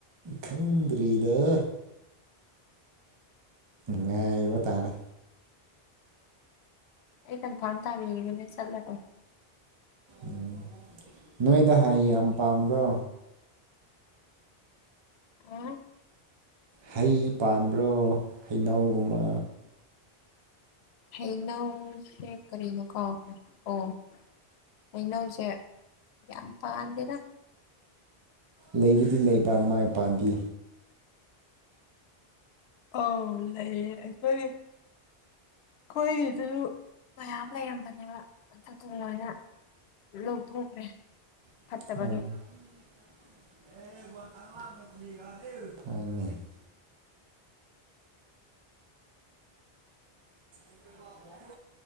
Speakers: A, on the right; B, on the left.
A: ꯈꯪꯗ꯭ꯔꯤꯗ ꯉꯥꯏꯕ ꯇꯥꯔꯦ
B: ꯑꯩ ꯀꯟꯐꯥꯝ ꯇꯥꯕꯤꯔꯨꯒꯅꯦ ꯆꯠꯂꯔꯣꯏ
A: ꯎꯝ ꯅꯣꯏꯗ ꯍꯥꯏ ꯌꯥꯝ ꯄꯥꯝꯕ꯭ꯔꯣ?
B: ꯑ
A: ꯍꯩ ꯄꯥꯟꯕ꯭ꯔꯣ ꯍꯩꯅꯧꯒꯨꯝꯕ꯫
B: ꯍꯩꯅꯧ ꯁꯦ ꯀꯔꯤꯅ ꯀꯥꯎꯈꯔꯦ ꯑꯣ ꯍꯩꯅꯧꯁꯦ ꯌꯥꯝ ꯄꯥꯟꯗꯦꯗ꯫
A: ꯂꯩꯕꯨꯗꯤ ꯂꯩꯕ ꯃꯥꯏ ꯄꯥꯟꯕꯤ꯫
B: ꯑꯥꯎ ꯂꯩꯌꯦ ꯑꯩꯈꯣꯏ ꯑꯩꯈꯣꯏꯒꯤꯗꯨ ꯃꯌꯥꯝ ꯂꯩꯔꯝꯕꯅꯦꯕ꯫ ꯑꯗꯨ ꯂꯣꯏꯅ ꯂꯧꯊꯣꯛꯈ꯭ꯔꯦ꯫
A: ꯑꯣ
B: ꯐꯠꯇꯕꯒꯤ
A: ꯍꯣꯏꯅꯦ ꯑꯣ